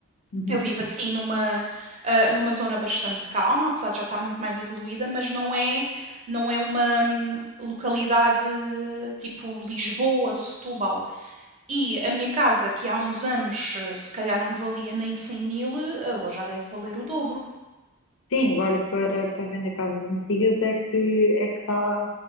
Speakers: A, on the left; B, on the right.
A: Uhum.
B: Eu vivo assim numa, ah, numa zona bastante calma, apesar de já estar muito mais evoluída, mas não é, não é uma hum, localidade tipo Lisboa, Setúbal. E a minha casa, que há uns anos eh, se calhar não valia nem 100 mil, eh, hoje já deve valer o dobro.
A: Sim, agora para, para vender casas antigas é que é que está